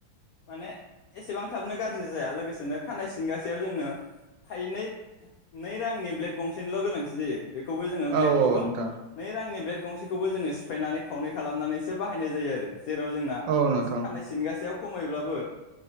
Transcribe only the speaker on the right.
औ औ नोंथां
औ नोंथां